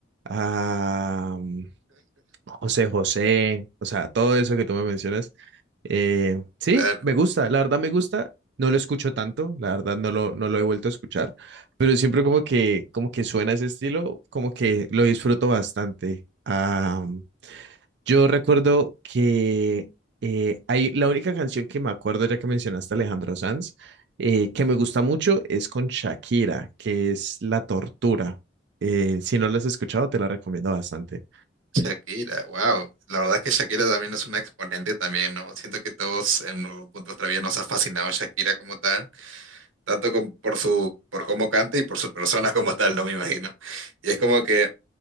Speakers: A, on the right; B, on the right.
A: a mm, José José, o sea, todo eso que tú me mencionas. Eh, sí,
B: claro,
A: me gusta, la verdad me gusta. No lo escucho tanto, la verdad no lo, no lo he vuelto a escuchar, pero siempre como que, como que suena ese estilo, como que lo disfruto bastante. Ah, yo recuerdo que eh, hay la única canción que me acuerdo, ya que mencionaste a Alejandro Sanz, eh, que me gusta mucho es con Shakira, que es La Tortura. Eh, si no la has escuchado, te la recomiendo bastante.
B: Shakira, wow. La verdad es que Shakira también es una exponente también, ¿no? Siento que todos en algún punto de nuestra vida nos ha fascinado Shakira como tal, tanto con- por su, por cómo canta y por su persona como tal, no me imagino. Y es como que